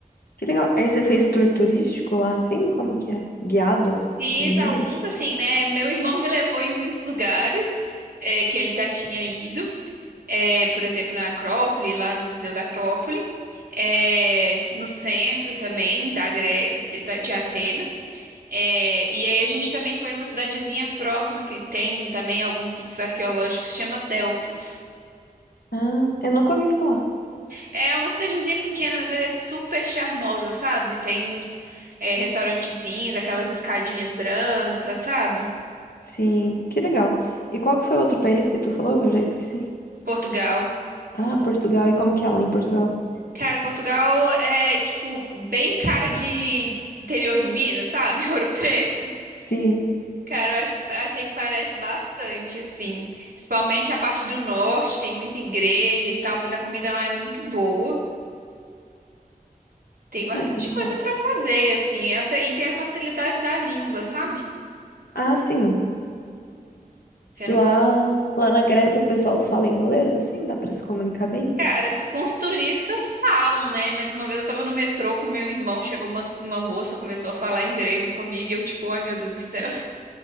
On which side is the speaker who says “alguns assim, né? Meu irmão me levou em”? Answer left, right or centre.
Right